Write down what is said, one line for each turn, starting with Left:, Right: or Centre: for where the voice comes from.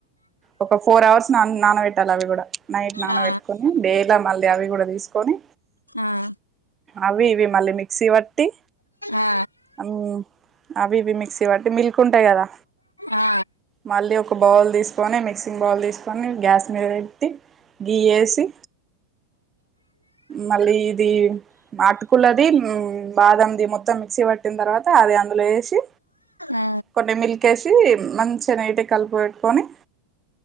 Right: ఒక ఫోర్ అవర్స్ నా నానబెట్టాలి. అవి కూడా నైట్ నానబెట్టుకొని
Left: ఆ ఆ
Right: డేలో మళ్ళీ అవి కూడా తీసుకొని.
Left: ఆ
Right: అవి ఇవి మళ్ళీ మిక్సీ పట్టి
Left: ఆ
Right: ఉమ్ అవి ఇవి మిక్సీ వాట్టి మిల్క్ ఉంటాయి కదా.
Left: ఆ
Right: మళ్ళీ ఒక బౌల్ తీస్ దాన్నీ మిక్సింగ్ బౌల్ తీసుకొని. గ్యాస్ మీద పెట్టి, గీ యేసి. మళ్ళీ ఇది నటుకులది, మ్మ్ బాదంది మొత్తం. మిక్సీ పట్టిన తర్వాత అద్ ది అందులో యేసి.
Left: ఆ
Right: కొన్ని మిల్క్ ఏసి మంచిగా నీటిగ్ కలిపెట్టుకొని.